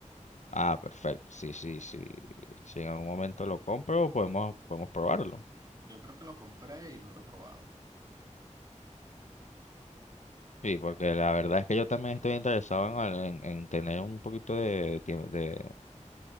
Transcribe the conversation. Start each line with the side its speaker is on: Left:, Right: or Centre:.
Left: Ah, perfecto. Sí, sí, sí. Si en algún momento lo compro, podemos, podemos probarlo.
Right: Yo creo que lo compré y no lo he probado.
Left: Sí, porque la verdad es que yo también estoy interesado en, al- en, en tener un poquito de, tie- de,